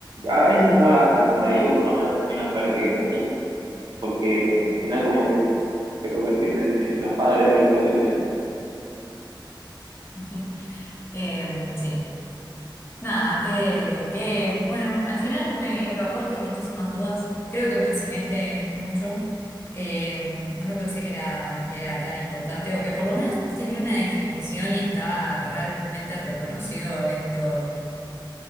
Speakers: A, on the right; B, on the left.
A: a veces no atan por ahí, o por lo menos a mí no me parece que sea así, porque si no, como que te convertís en en los padres de los pacientes, ¿no?
B: <laughs> Em, sí. Nada, que, que, bueno, al final me evacuaste muchísimas dudas, creo que me enseñaste mucho. Em, no pensé que era, que era tan importante o que por lo menos tenía una definición y estaba realmente reconocido esto